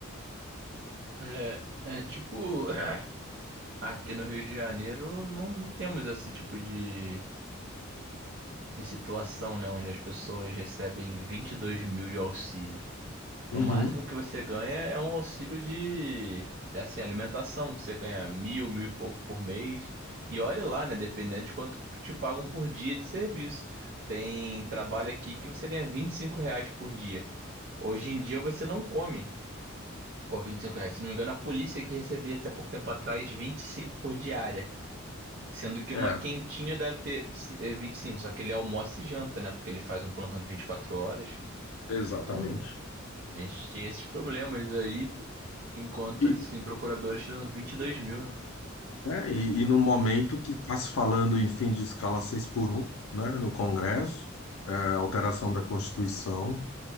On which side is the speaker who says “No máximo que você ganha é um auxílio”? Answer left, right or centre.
Right